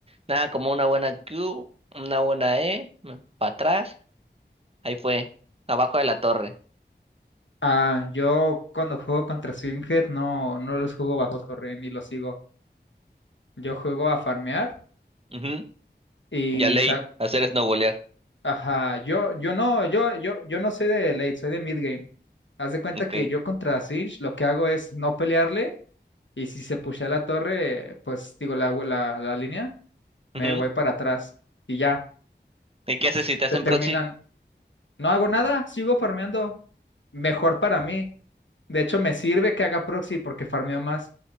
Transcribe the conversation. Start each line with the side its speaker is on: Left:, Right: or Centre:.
Right: Nada, como una buena Q, una buena E, para atrás, ahí fue, abajo de la torre.
Left: Ah, yo cuando juego contra Swinghead no, no los juego bajo torre ni los sigo. Yo juego a farmear
Right: Ujú.
Left: y
Right: Y a late,
Left: sa-
Right: hacer snowbolear.
Left: ajá, yo, yo no, yo, yo, yo no soy de late, soy de mid game. Haz de cuenta
Right: Ok.
Left: que yo contra Singed lo que hago es no pelearle y si se pushea la torre, pues digo la, la, la línea, me
Right: Ujú.
Left: voy para atrás y ya.
Right: ¿Y qué
Left: Y
Right: haces
Left: se
Right: si te hacen
Left: terminan.
Right: proxy?
Left: No hago nada, sigo farmeando. Mejor para mí. De hecho, me sirve que haga proxy porque farmeo más.